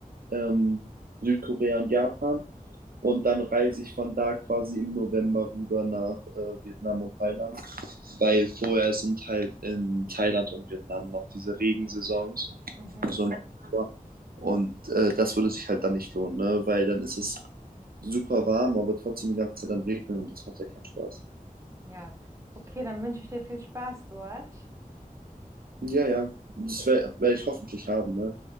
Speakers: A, on the right (about 85°); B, on the right (about 20°).
A: ähm, Südkorea und Japan. Und dann reise ich von da quasi im November rüber nach äh, Vietnam und Thailand, weil vorher sind halt in Thailand und Vietnam noch diese Regensaisons,
B: Mhm.
A: also im Oktober. Und äh, das würde sich halt dann nicht lohnen, ne? weil dann ist es super warm, aber trotzdem die ganze Zeit am Regnen und das macht ja keinen Spaß.
B: Ja, okay, dann wünsche ich dir viel Spaß dort.
A: Ja, ja, das werde werd ich hoffentlich haben. Ne?